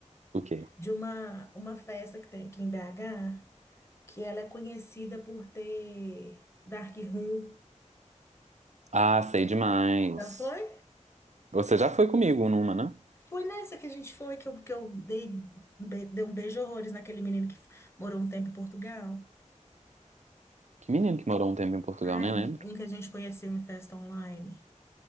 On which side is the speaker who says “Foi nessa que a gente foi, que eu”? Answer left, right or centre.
Left